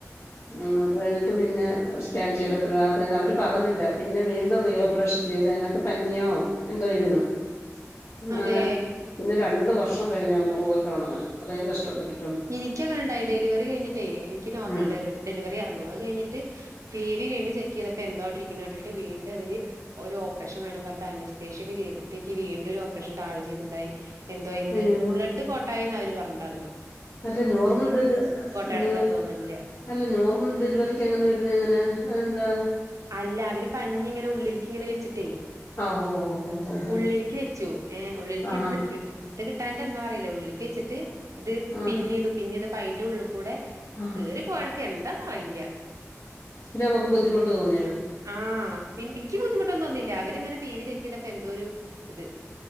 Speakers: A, on the left; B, on the right.
A: ഉം അത് കഴിഞ്ഞിട്ട് പിന്ന സ്കാൻ ചെയ്തപ്പോഴാ അറിയുന്നെ അവര് പറഞ്ഞില്ല പിന്നെ വീണ്ടും റീ ഓപ്പറേഷൻ ചെയ്തയിനകത്ത് പഞ്ഞിയോ എന്തോ ഇരുന്ന് അങ്ങനെ
B: അതെ
A: പിന്നെ രൺ രണ്ട് വർഷം കഴിഞ്ഞാ മുറിവൊക്കെ ഒണങ്ങാൻ അത്രയും കഷ്ടപ്പെട്ട്
B: എനിക്കുവങ്ങനെ ഉണ്ടായി ഡെലിവറി കഴിഞ്ഞിട്ടേ എനിക്ക് നോർമൽ
A: ഉം
B: ഡെലിവ ഡെലിവറിയാർന്നു അത് കഴിഞ്ഞിട്ട് പി വി വീണ്ടും ചെയ് ക്കെയ്തപ്പെന്തോ അവടിരിക്ക്ണ കണ്ടിട്ട് വീണ്ടും അവര് ഒരു ഓപ്പറേഷൻ വേണം പറഞ്ഞ്ട്ടനസ്തേഷ്യൊക്കെ ചെയ്തിട്ട് ഇക്ക് വീണ്ടും ഒരു ഓപ്പറേഷൻ താഴെ ചെയ്തിണ്ടായി എന്തോ അയിന്ന്
A: അയ്യോ
B: ബ്ലഡ് കോട്ടായീന്നവര് പറഞ്ഞിണ്ടാർന്നെ
A: അല്ല നോർമൽ ഡെലി
B: കടക്കാന്ന്
A: ന്
B: തോന്നണില്ല
A: അല്ല നോർമൽ ഡെലിവറിക്കങ്ങനെ വരുന്നയെങ്ങനാ അയെന്താ
B: അല്ല അവര് പഞ്ഞിങ്ങനെ ഉള്ളിലിക്കിങ്ങനെ വെച്ചിട്ടേ
A: ആ ഹോ ഹോ ഹോ ഹോ ഹോ
B: ഉള്ളിലിക്ക് വെച്ചു ഏഹ് ഉള്ളിലിക്കെടുത്തിട്ട്
A: ആ
B: എടുത്തിട്ട് കിട്ട് ട്ടാഞ്ഞിട്ടെന്താ അറിയില്ല ഉള്ളിലിക്ക് വെച്ചിട്ട് ദ്
A: ആ
B: പിന്നീതു പിന്നെയ്തപ് പയിൻ്റുള്ള്ക് കൂടെ
A: ആ
B: കേറിപ്പോവാട് ക്കെന്താന്നറിയില്ല്യ
A: പിന്നെ നമുക്ക് ബുദ്ധിമുട്ട് തോന്നിയോ
B: ആഹ പിന്നെ എനിക്ക് ബുദ്ധിമുട്ടൊന്നുംൊന്നുംില്ല അവരിങ്ങനെ പി വി ചക്കിയപ്പ എന്തോ ഒരു ഇത്